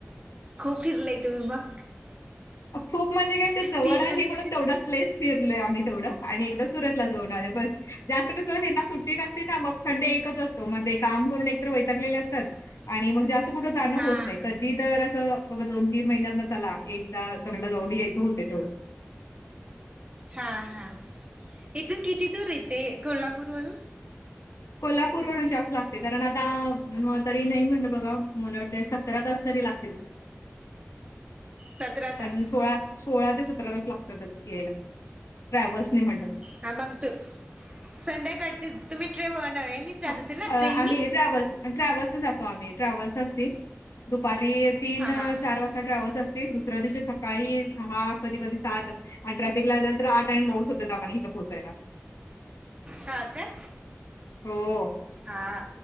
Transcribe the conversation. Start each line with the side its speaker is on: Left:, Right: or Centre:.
Right: खूप फिरलंय तुम्ही मग
Left: खूप म्हणजे काय ते जवळ
Right: तीन
Left: आहे
Right: वर्ष
Left: म्हणून तेवढं च प्लेस फिरलो आम्ही तेवढं आणि एकदा सुरतला जाऊन आले बस. जास्त कसं ह्यांना सुट्टी नसती ना मग संडे एकच असतो मग काम करून एकतर वैतागलेले असत. आणि मग जास्त कुठं जाणं
Right: हा
Left: होत नाही कधी तर असं बाबा दोन तीन महिन्यांना चला एक त्या कंडला जावडी यायचं होते तेवढं.
Right: हा हा इथून किती दूर येते कोल्हापूर वरून
Left: कोल्हापूरवरून जास्त लागते कारण आता तरी नाही म्हणलं बघा मला वाटतं सतरा तास तरी लागतील. <unintelligible>
Right: सतरा
Left: पण
Right: तास
Left: सोळा सोळा ते सतरा तास लागतातच यायला ट्रॅव्हल्सनी म्हट
Right: हा मग तू संध्याकाळचे तुम्ही ट्रेन व ना
Left: हां. अ
Right: ट्रेननी?
Left: आम्ही ट्रॅव्हल्स आणि ट्रॅव्हल्सनी जातो आम्ही ट्रॅव्हल्स असती दुपारी तीन
Right: हा हा
Left: चार वाजता ट्रॅव्हल्स असती. ते दुसऱ्या दिवशी सकाळी सहा कधी कधी सात आणि ट्रॅफिक लागलं तर आठ आणि नऊच होतं त्या इथे पोहोचायला.
Right: हा काय!
Left: हो
Right: हा